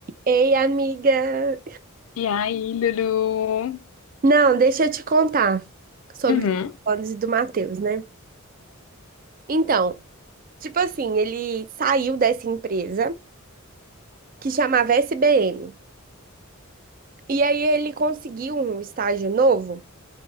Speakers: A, on the right (about 40°); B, on the left (about 70°).
A: Ei, amiga!
B: E aí, Lulu?
A: Não, deixa eu te contar sobre
B: Uhum,
A: os planos e do Matheus, né? Então, tipo assim, ele saiu dessa empresa que chamava SBM. E aí ele conseguiu um estágio novo,